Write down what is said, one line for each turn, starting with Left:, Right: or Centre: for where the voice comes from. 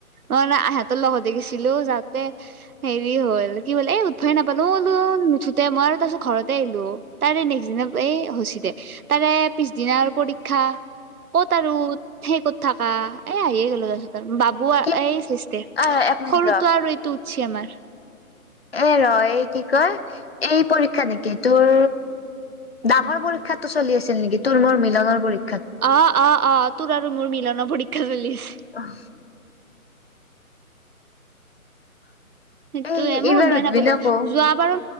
Right: ন নে আহত ত লগতে গৈছিলো যাতে হেৰি হ'ল কি বোল এই উঠফাই নাপালো ওলো নুঠোতে মই আৰু তাৰপিছত ঘৰতে আহিলো তাৰে নেক্স দি এই শুচি দে তাৰে পিছদিনা আৰু পৰীক্ষা কত আৰু সেই ক'ত থাক এ আহিয়ে গল তা বাবু
Left: কি
Right: এই সৃষ্টে
Left: অ এক মিনিট
Right: সৰুটো
Left: ৰ
Right: আৰু এইটো উঠছি আমাৰ
Left: এ, ৰয় কি কয় এই পৰীক্ষা নেকি তোৰ ডাঙৰ পৰীক্ষাতটো চলি আছিল নেকি তোৰ মোৰ মিলনৰ পৰী
Right: অ', অ', অ', তোৰ আৰু মোৰ মিলনৰ পৰীক্ষা চলিছে
Left: আহ,
Right: সেইটোয়ে
Left: এই
Right: মই
Left: এইবাৰ
Right: উদভাই
Left: উঠবি
Right: নাপালো
Left: না আকৌ
Right: যোৱ বাৰো